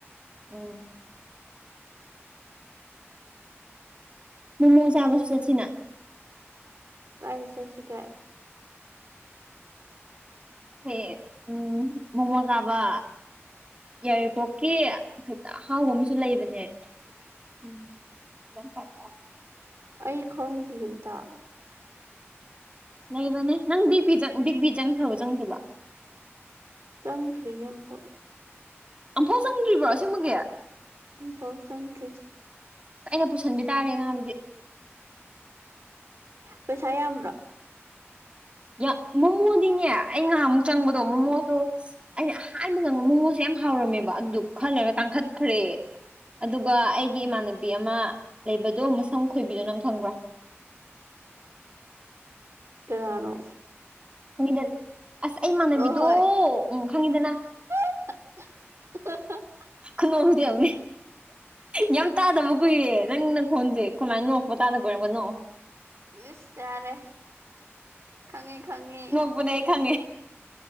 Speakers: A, on the right; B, on the right.
A: ꯎꯝ ꯃꯣꯃꯣ ꯆꯕꯁꯨ ꯆꯠꯁꯤꯅ꯫
B: ꯀꯥꯏ ꯆꯠꯁꯤꯒꯦ
A: ꯑꯩ ꯎꯝ ꯃꯣꯃꯣ ꯆꯕ ꯌꯥꯏꯔꯤꯄꯣꯛꯀꯤ ꯐꯖꯅ ꯑꯍꯥꯎꯕ ꯑꯃꯁꯨ ꯂꯩꯕꯅꯦ꯫ ꯎꯝ ꯂꯝ ꯄꯠꯇ
B: ꯑꯩ ꯈꯪꯗꯤꯌꯦ ꯑꯝꯇ
A: ꯂꯩꯕꯅꯦ ꯅꯪ ꯕꯤ ꯄꯤ ꯕꯤꯛ ꯕꯤ ꯆꯪꯈ꯭ꯔꯕ ꯆꯪꯗ꯭ꯔꯤꯕ꯫
B: ꯆꯪꯗ꯭ꯔꯤ ꯑꯃꯨꯛꯐꯥꯎ
A: ꯑꯝꯐꯥꯎ ꯆꯪꯗ꯭ꯔꯤꯕ꯭ꯔꯣ ꯑꯁꯦꯡꯕꯒꯤ꯫
B: ꯑꯝꯐꯥꯎ ꯆꯪꯗ꯭ꯔꯤ
A: ꯑꯩꯅ ꯄꯨꯁꯟꯕꯤ ꯇꯥꯔꯦ ꯅꯪ ꯑꯗꯨꯗꯤ꯫
B: ꯄꯩꯁꯥ ꯌꯥꯝꯕ꯭ꯔꯣ꯫
A: ꯌꯥꯝ ꯃꯣꯃꯣꯗꯤꯅꯦ ꯑꯩ ꯉꯍꯥꯃꯨꯛ ꯆꯪꯕꯗꯣ ꯃꯣꯃꯣꯗꯣ ꯑꯩꯅ ꯑꯍꯥꯟꯕ ꯆꯪꯕꯗꯣ ꯃꯣꯉꯣꯁꯦ ꯌꯥꯝ ꯍꯥꯎꯔꯝꯃꯦꯕ ꯑꯗꯨꯗꯨ ꯈꯔ ꯂꯩꯔꯥ ꯇꯥꯡꯈꯠꯈ꯭ꯔꯦ꯫ ꯑꯗꯨꯒ ꯑꯩꯒꯤ ꯏꯃꯥꯟꯅꯕꯤ ꯑꯃ ꯂꯩꯕꯗꯣ ꯃꯁꯝ ꯈꯣꯏꯕꯤꯗꯣ ꯅꯪ ꯈꯪꯕ꯭ꯔꯥ꯫
B: ꯀꯅꯅꯣ?
A: ꯈꯪꯉꯤꯗꯅ ꯑꯁ ꯑꯩꯃꯥꯟꯅꯕꯤꯗꯣ
B: ꯍꯣꯏ ꯍꯣꯏ
A: ꯎꯝ ꯈꯪꯉꯤꯗꯅ
B: <unintelligible>
A: ꯈꯨꯅꯦꯛꯁꯦ ꯌꯦꯡꯉꯨꯅꯦ ꯌꯥꯝ ꯇꯥꯗꯕ ꯀꯨꯏꯔꯦ ꯅꯪ ꯅꯪ ꯈꯣꯟꯁꯦ꯫ ꯁꯨꯃꯥꯏ ꯅꯣꯛꯄ ꯇꯥꯗ ꯀꯨꯏꯔꯦ ꯑꯃꯨꯛꯀ ꯅꯣꯛꯑꯣ꯫
B: ꯏꯁ ꯌꯥꯔꯦ ꯈꯪꯉꯤ ꯈꯪꯉꯤ
A: ꯄꯨꯅꯦ ꯑꯩ ꯈꯪꯉꯦ